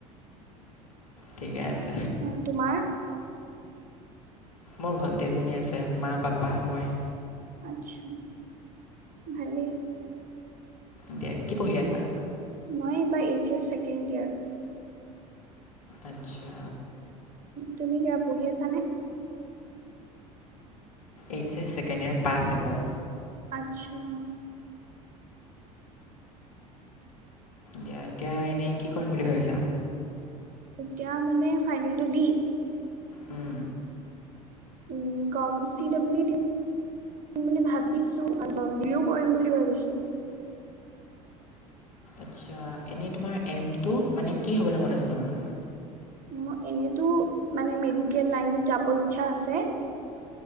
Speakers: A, on the left; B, on the right.
A: ঠিকে আছে।
B: অ' তোমাৰ
A: মোৰ ভণ্টি এজনী আছে মা, পাপা, মই।
B: আতছা ভালেই।
A: দিয়া কি পঢ়ি আছা?
B: মই এইবাৰ এইচ এছ ছেকেণ্ড ইয়েৰ।
A: আচ্ছা
B: তুমি কিবা পঢ়ি আছ নে
A: এইটছ এ ছেকেণ্ড ইয়োৰ পাছ এইবাৰ।
B: আচ্ছা
A: দিয়া এতিয়া এনেই, কি কৰিম বুলি ভাবিছা?
B: এতিয়া মানে ফাইনেলটো দি,
A: উম
B: উম চি ডব্লউ ডি বুলি ভাবিছোও কৰিম বুলি ভাবিছো
A: আচ্ছা, এনেই তোমাৰ এমটো মানে কি হ'বলৈ মন আছে তোমাৰ?
B: মোৰ এনেতো মানে মেডিকেল লাইনত যাব ইচ্ছা আছে।